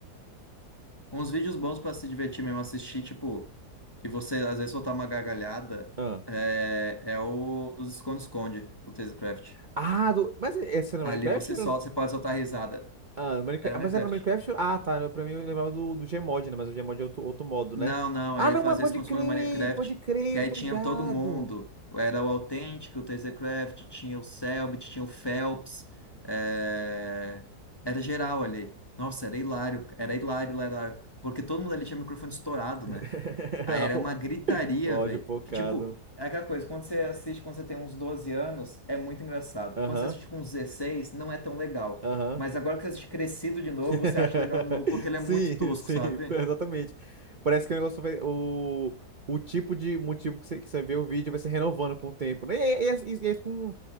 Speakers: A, on the left; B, on the right.
A: Uns vídeos bons pra se divertir mesmo, assistir, tipo... E você, às vezes, soltar uma gargalhada...
B: Ah,
A: É, é o dos esconde-esconde, do Tazecraft.
B: ah do... mas essa era
A: Ali
B: no Minecraft?
A: você
B: Era
A: solta,
B: no...
A: você pode soltar risada.
B: Ah, Minecraft...
A: Era Minecraft.
B: Mas era no Minecraft? Ah, tá. eu- Pra mim, eu lembrava do, do Gmod, né? Mas o Gmod é outro, outro modo,
A: Não,
B: né?
A: não,
B: Ah,
A: ele
B: não,
A: fazia
B: mas pode
A: isso quando
B: crer,
A: no Minecraft.
B: pode crer,
A: Que
B: eu
A: aí
B: tô
A: tinha
B: ligado.
A: todo mundo. Era o Authentic, o Tasercraft, tinha o Selbit, tinha o Phelps. é, Era geral ali. Nossa, era hilário, era hilário, hilário. hilário. Porque todo mundo ali tinha o microfone estourado,
B: <laughs>
A: né? Aí era uma gritaria,
B: O ódio
A: velho.
B: focado.
A: Que tipo, é aquela coisa, quando você assiste quando você tem uns 12 anos, é muito engraçado.
B: Aham,
A: Quando você assiste com uns 16, não é tão legal.
B: aham.
A: Mas agora que você assiste crescido de novo,
B: <laughs>
A: você acha legal de novo, porque ele é
B: Sim,
A: muito tosco,
B: sim,
A: sabe?
B: exatamente. Parece que o negócio vai. O, o tipo de motivo que você, que você vê o vídeo vai se renovando com o tempo. né? E, e, e, e- e- com